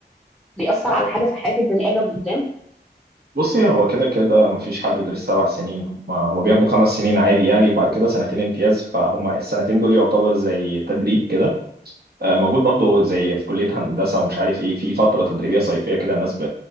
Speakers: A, in the centre; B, on the right.
A: بيأثر على حاجة في حياة البني آدم قدام
B: بصي هو كده كده مفيش حد بيدرس سبع سنين هم هم بياخدوا خمس سنين عادي يعني وبعد كده سنتين امتياز فهم السنتين دول يعتبر زي تدريب كده آه، موجود برضو زي في كلية هندسة ومش عارف ايه في فترة تدريبية صيفية كده الناس ب...